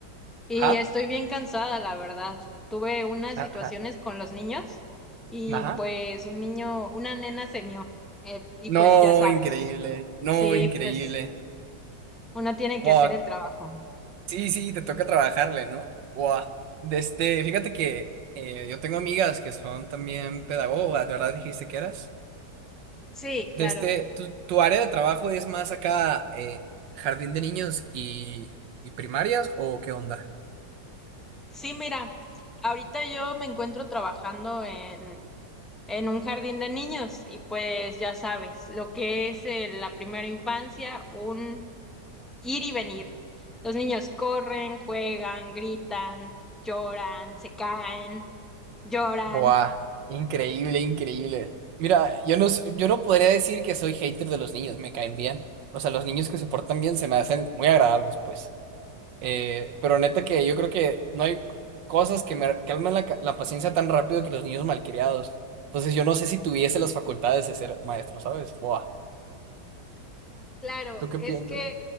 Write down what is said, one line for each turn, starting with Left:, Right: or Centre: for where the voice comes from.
Centre: y
Right: Ajá,
Centre: estoy bien cansada, la verdad. Tuve unas
Right: ajá,
Centre: situaciones con los niños y
Right: ajá.
Centre: pues un niño, una nena se mió eh, y
Right: No,
Centre: pues ya sabes.
Right: increíble. No,
Centre: Sí,
Right: increíble.
Centre: pues uno tiene
Right: Wow.
Centre: que hacer el trabajo.
Right: Sí, sí, te toca trabajarle, ¿no? Wow. De este, fíjate que eh, yo tengo amigas que son también pedagogas, ¿verdad? Dijiste que eras.
Centre: Sí,
Right: De
Centre: claro.
Right: este, tu, tu área de trabajo es más acá, eh, jardín de niños y, y primarias, ¿o qué onda?
Centre: Sí, mira, ahorita yo me encuentro trabajando en, en un jardín de niños y pues ya sabes, lo que es eh, la primera infancia, un ir y venir. Los niños corren, juegan, gritan, lloran, se caen, lloran.
Right: Buah, increíble, increíble. Mira, yo no, s- yo no podría decir que soy hater de los niños, me caen bien. O sea, los niños que se portan bien se me hacen muy agradables, pues. Eh, pero neta que yo creo que no hay cosas que me calmen la, ca- la paciencia tan rápido que los niños malcriados. Entonces yo no sé si tuviese las facultades de ser maestro, ¿sabes? Buah,
Centre: Claro,
Right: ¿tú qué
Centre: es
Right: piensas?
Centre: que